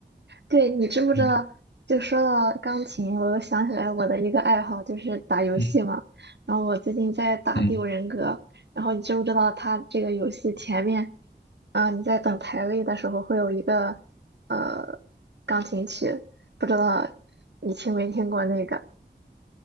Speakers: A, on the right (about 70°); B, on the left (about 75°).
A: 对，你知不知道？
B: 嗯
A: 就说到钢琴，我又想起来我的一个爱好就是打游戏嘛。
B: 嗯
A: 然后我最近在打《第五人格》，
B: 嗯，
A: 然后你知不知道它这个游戏前面，啊、你在等排位的时候会有一个呃钢琴曲，不知道你听没听过那个